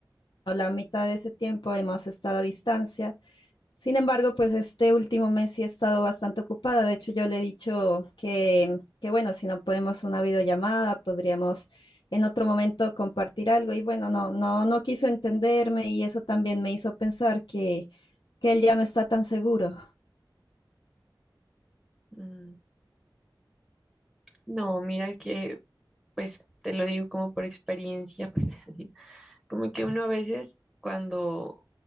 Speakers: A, on the left; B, in the centre.
A: la mitad de ese tiempo hemos estado a distancia Sin embargo, pues este último mes sí he estado bastante ocupada. De hecho, yo le he dicho que, que bueno, si no podemos una videollamada, podríamos en otro momento compartir algo. Y bueno, no, no, no quiso entenderme y eso también me hizo pensar que, que él ya no está tan seguro.
B: Mm, No, mira que, pues te lo digo como por experiencia, <laughs> pero así, como que uno a veces cuando,